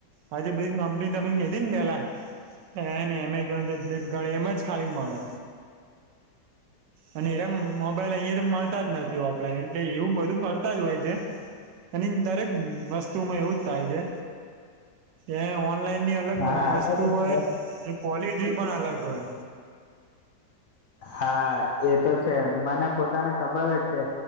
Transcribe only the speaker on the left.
હા
હા એ તો છે મને પોતાને ખબર જ છે,